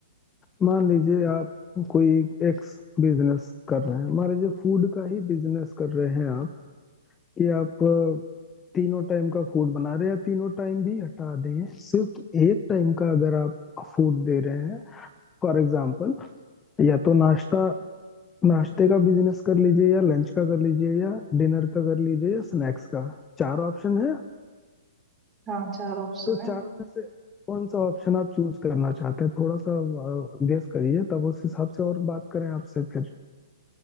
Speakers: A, on the left; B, on the right.
A: मान लीजिए आप कोई एक्स बिजनेस कर रहे हैं मान लीजिए फूड का ही बिजनेस कर रहे हैं आप कि आप अ, तीनों टाइम का फूड बना रहे हैं या तीनों टाइम भी हटा दें सिर्फ एक टाइम का अगर आप फूड दे रहे हैं फॉर एग्जाम्पल या तो नाश्ता नाश्ते का बिजनेस कर लीजिए या लंच का कर लीजिए या डिनर का कर लीजिए या स्नैक्स का चार ऑप्शन है
B: हाँ चार ऑप्शन
A: तो
B: है
A: चारों में से कौन सा ऑप्शन आप चूज करना चाहते हैं थोड़ा सा गेस करिए तब उस हिसाब से और बात करें आपसे फिर